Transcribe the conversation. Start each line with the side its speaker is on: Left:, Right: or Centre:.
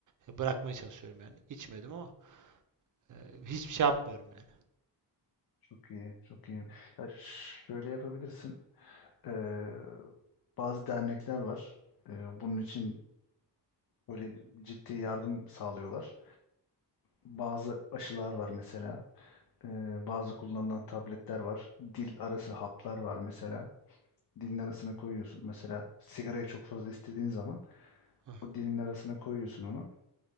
Right: E, Bırakmaya çalışıyorum yani. İçmiyordum ama eee, hiçbir şey yapmıyorum yani.
Left: çok iyi, çok iyi. Ya ş- şöyle yapabilirsin. Ee, bazı dernekler var. Ee, bunun için böyle ciddi yardım sağlıyorlar. Bazı aşılar var mesela. Ee, bazı kullanılan tabletler var. Dil arası haplar var mesela. dilin arasına koyuyorsun. Mesela sigarayı çok fazla istediğin zaman
Right: Hah.
Left: o dilin arasına koyuyorsun onu